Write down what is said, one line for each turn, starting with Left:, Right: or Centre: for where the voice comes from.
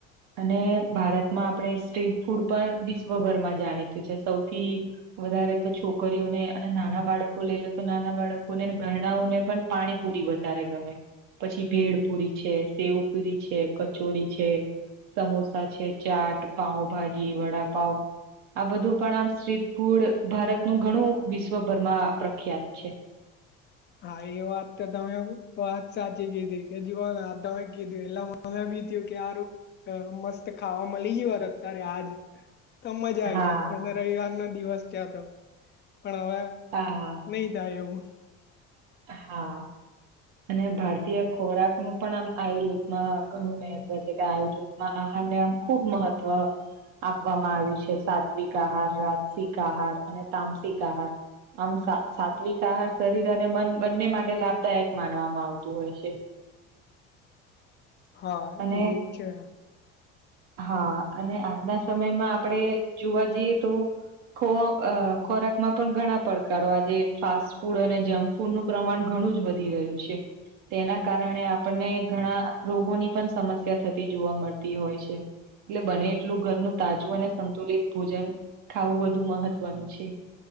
Right: અને ભારતમાં આપણે સ્ટ્રીટ ફૂડ પણ વિશ્વભરમાં જાણીતું છે સૌથી. વધારે તો છોકરીઓને અને નાના બાળકો લઈ લો તો નાના બાળકોને ઘરણાઓને પણ. પાણીપુરી વધારે ગમે પછી ભેડ પુરી છે સેવ પુરી છે. કચોરી છે સમોસા છે ચાટ પાાવભાજી વડાપાવ. આ બધું પણ આમ સ્ટ્રીટ ફૂડ ભારતનુંું ઘણું વિશ્વભરમાં પ્રખ્યાત છે.
Left: હા એ વાત તો તમે વાત સાચી કીધી કેજ કોને તમે કીધું એટલે. મને બી થયું કેારું મસ્ત ખાવામાં લી ગય હોયત અત્યારે આજ. તો મજા આવી
Right: હા
Left: જાય તો અને રવિવાર ના દિવસ છે તો પણ હવે.
Right: હા હા.
Left: નહી તાયો
Right: હા. અને ભારતીય ખોરાક નું પણ આમ આયુર્વેદમાં ઘણું મહત્વ છે કે આયુર્વેદમાં આહારને આમ. ખૂબ મહત્વ. આપવામાં આવ્યું છે સાત્વિક આહાર રાજસિક આહાર અને તામસિક આહાર. આમ સાત્વિક આહાર શરીર અને મન બંને માટે લાભદાયક માનવામાં આવતું હોય છે.
Left: હા
Right: અને
Left: એ છે.
Right: હા અને આજના સમયમાં આપણેે જોવા જઈએ તો. ખ ખોરાકમાં પણ ઘણા પડકારો આજે ફાસ્ટ ફૂડ અને જંક. ફૂડનું પ્રમાણ ઘણું જ વધી રહય્યું છે. તેના કારણે આપણને ઘણા રોગોની પણ સમસ્યા થતી જોવા મળતી હોય છે. એટલે બને એટલું ઘરનું તાજું અને સંતુલિત ભોજન ખાવું વધુ મહત્વનું છે.